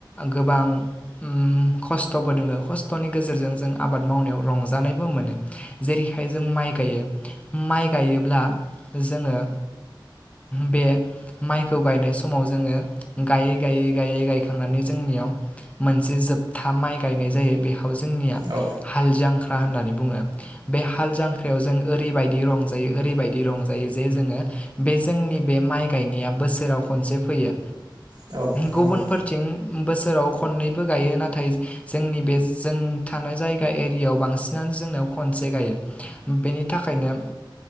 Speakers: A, on the left; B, on the right.
A: गोबां उम खस्थ'बो दोङो खस थ'नि गेजेरजों जों आबाद मावनायाव रंजानायबो मोनो। जेरैहाय जों माइ गायो। माइ गायोब्ला जोङो बे माइखौ गायनाय समाव जोङो गायै गायै गायै गायखांनानै जोंनियाव मोनसे जोबथा माइ गायनाय जायो बे खौ जोंनिया
B: औ
A: हाल जांख ख्रा होननानै बुङो बे हाल जांख्रायाव जों ओरैबायदि रंजायो ओरैबायदि रंजायो जे जोङो बे जोंनि बे माइ गायनाया बोसोराव खनसे फैयो
B: औ नंगौ
A: गुबुनफोरथिं बोसोराव खननैबो गायो नाथाय जो जोंनि बे जों थानाय जायगा एरियाव बांसिनानो जोंना खनसे गायो बेनि थाखायनो